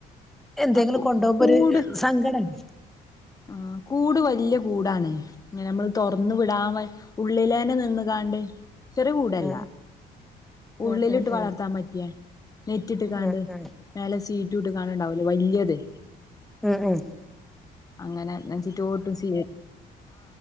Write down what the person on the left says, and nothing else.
ആ
കൂട്
ആ കൂട് വല്യ കൂടാണ് ഇങ്ങനെ നമ്മള് തുറന്ന് വിടാൻ വൈ ഉള്ളിലെഞ്ഞേ നിന്ന് കാണ്ട് ചെറിയ കൂട് അല്ല
ഉള്ളിലിട്ട്
വളർത്താൻ
പറ്റിയ നെറ്റ് ഇട്ട്കാണ്ട്
മേലെ ഷീറ്റും ഇട്ട്കാണ്ട് ഇണ്ടാവൂലെ വല്യേ തിൽ
അങ്ങനെ ഞാൻ ചിട്ടോട് ചെയ്യാൻ